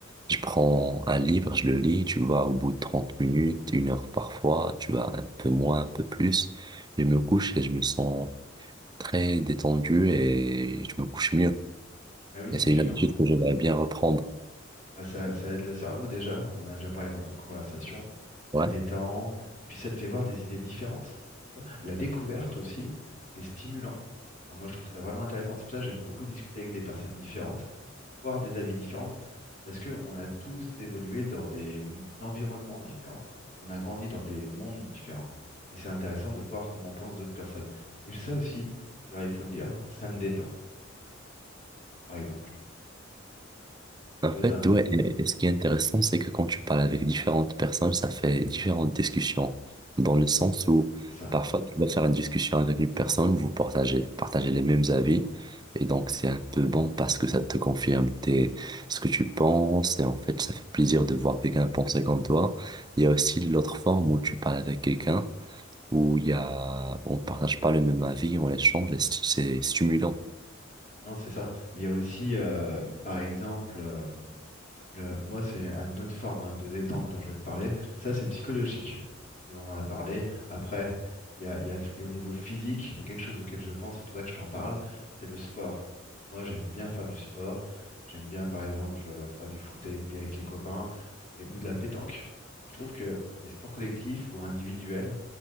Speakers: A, on the right; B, on the left.
A: Je prends un livre, je le lis, tu vois, au bout de 30 minutes, une heure parfois, tu vois, un peu moins, un peu plus. Je me couche et je me sens très détendu et je me couche mieux.
B: Ah oui, c'est
A: Et c'est
B: sûr,
A: une habitude
B: hein.
A: que j'aimerais bien reprendre.
B: Bah, ça, ça aide le cerveau déjà, on en a déjà parlé dans d'autres conversations,
A: Ouais.
B: ça détend, et puis ça te fait voir des idées différentes. Tu vois, la découverte aussi, c'est stimulant. Enfin, moi, je trouve ça vraiment intéressant. C'est pour ça que j'aime beaucoup discuter avec des personnes différentes, voir des avis différents, parce qu'on a tous évolué dans des m- environnements différents. On a grandi dans des mondes différents. Et c'est intéressant de voir comment pensent d'autres personnes. Et ça aussi, c'est vrai, il faut le dire, ça me détend, par exemple.
A: En
B: Et toi,
A: fait,
B: t'as...
A: ouais, et,
B: Oui,
A: et ce qui est intéressant, c'est que quand tu parles avec différentes personnes, ça fait différentes discussions, dans le sens où
B: c'est ça.
A: parfois tu vas faire une discussion avec une personne, vous partagez, partagez les mêmes avis, et donc c'est un peu bon parce que ça te confirme tes, ce que tu penses, et en fait, ça fait plaisir de voir quelqu'un penser comme toi. Il y a aussi l'autre forme où tu parles avec quelqu'un, où il y a, on partage pas le même avis, on échange, et c'est c'est stimulant.
B: Non, c'est ça. Il y a aussi, euh, par exemple, euh, le- moi, c'est une autre forme hein, de détente dont je vais te parler. Ça, c'est psychologique. On en a parlé. Après, il y a, il y a- et au niveau physique, il y a quelque chose auquel je pense, c'est pour ça que je t'en parle, c'est le sport. Moi, j'aime bien faire du sport. J'aime bien, par exemple, euh, faire du foot avec, avec les copains et, ou de la pétanque. Je trouve que les sports collectifs ou individuels,